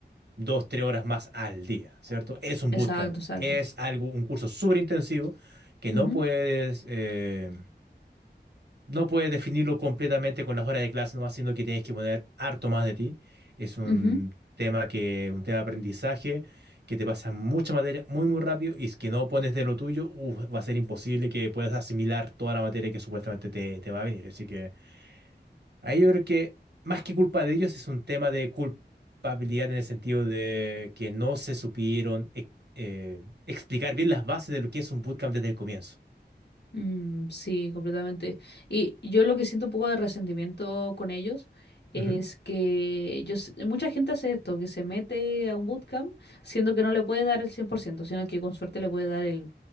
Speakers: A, on the right; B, on the left.
A: dos, tres horas más al día, ¿cierto? Es un
B: Exacto,
A: bootcamp,
B: exacto.
A: es algo, un curso súper intensivo que
B: Ujú,
A: no puedes, eh, no puedes definirlo completamente con las horas de clase nomás, sino que tienes que poner harto más de ti. Es un
B: ujú.
A: tema que, un tema de aprendizaje que te pasa mucha materia muy, muy rápido y es que no pones de lo tuyo, uf, va a ser imposible que puedas asimilar toda la materia que supuestamente te, te va a venir. Así que Ahí yo creo que más que culpa de ellos es un tema de culpabilidad en el sentido de que no se supieron ex- eh, explicar bien las bases de lo que es un bootcamp desde el comienzo.
B: Mm, sí, completamente. Y yo lo que siento un poco de resentimiento con ellos es
A: Ujú,
B: que yo, s- mucha gente hace esto, que se mete a un bootcamp siendo que no le puede dar el 100%, sino que con suerte le puede dar el